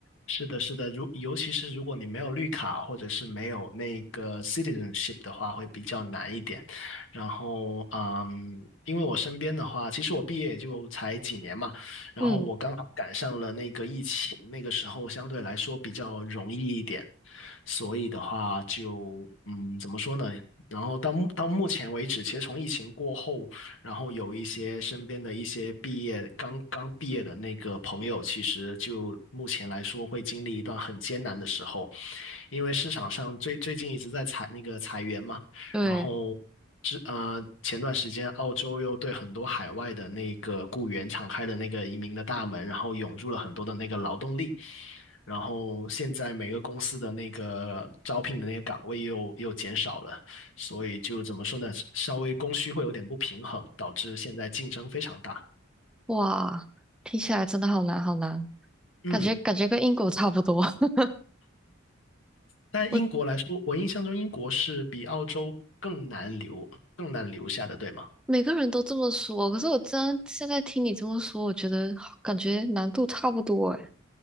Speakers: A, on the left; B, in the centre.
A: 是的，是的，如尤其是如果你没有绿卡或者是没有那个 citizenship 的话，会比较难一点。然后，嗯，因为我身边的话，其实我毕业也就才几年嘛，然后我刚好赶上了那个疫情，
B: 嗯，
A: 那个时候相对来说比较容易一点，所以的话就，嗯，怎么说呢？然后到目到目前为止，其实从疫情过后。然后有一些身边的一些毕业刚刚毕业的那个朋友，其实就目前来说会经历一段很艰难的时候，因为市场上最最近一直在裁那个裁员嘛，
B: 对，
A: 然后之呃前段时间澳洲又对很多海外的那个雇员敞开了那个移民的大门，然后涌入了很多的那个劳动力。然后现在每个公司的那个招聘的那个岗位又又减少了，所以就怎么说呢，稍微供需会有点不平衡，导致现在竞争非常大。
B: 哇，听起来真的好难，好难，
A: 嗯，
B: 感觉感觉跟英国差不多。<laughs>
A: 但英国来说，
B: 我
A: 我印象中英国是比澳洲更难留、更难留下的，对吗？
B: 每个人都这么说，可是我真现在听你这么说，我觉得感觉难度差不多哎，